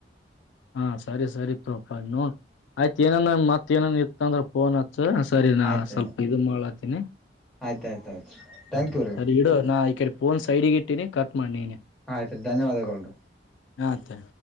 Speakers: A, on the left (about 80°); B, in the centre.
A: ಹಾ ಸರಿ ಸರಿ ತೋಪ ನೋ ಆಯ್ತು ಏನನ್ ಮತ್ತತ್ ಏನನ್ ಇತ್ತ ಅಂದ್ರೆಫೋನ್ನ್ ಸರಿ ನಾ
B: ಆಯ್ತು
A: ಸ್ವಲ್ಪ ಇದು ಮಾಡಾತೀನಿ
B: ಆಯ್ತು ಆಯ್ತು ಆಯ್ತು ಥ್ಯಾಂಕ್
A: ಹ್ಮ
B: ಯು ರೀ
A: ಸರಿ ಇಡು ನಾ ಈ ಕಡೆ ಪೋನ್ ಸೈಡಿಗೆ ಇಟ್ಟಿನಿ ಕಟ್ ಮಾಡ್ನ ನೀನೆ
B: ಆಯ್ತ್ ರಿ ಧನ್ಯವಾದಗಳು
A: ಹಾತ